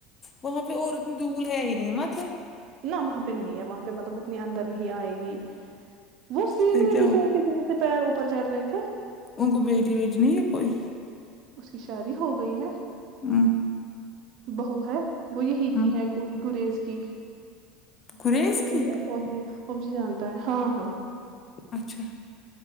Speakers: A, on the left; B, on the right.
A: وہاں پہ اور دھول ہے ہی نہیں نمت ہے
B: نہ وہاں پہ نہیں ہے وہاں پہ مطلب اتنی اندر نہیں آئے گی وہ سیدھے
A: پھر کیا
B: دکھ
A: ہو
B: رہے تھے جسے سے پیر اوپر چڑھ رہے تھے
A: ان کو بیٹی ویٹینی نہیں ہے کوئی
B: اس کی شادی ہو گئی ہے
A: ہم
B: بہو ہے وہ یہی
A: ہوں
B: کی ہے کوئی گریز کی
A: گریز
B: مجھ <unintelligible>
A: کی
B: ابجی جتا ہے ہاں ہاں
A: اچھا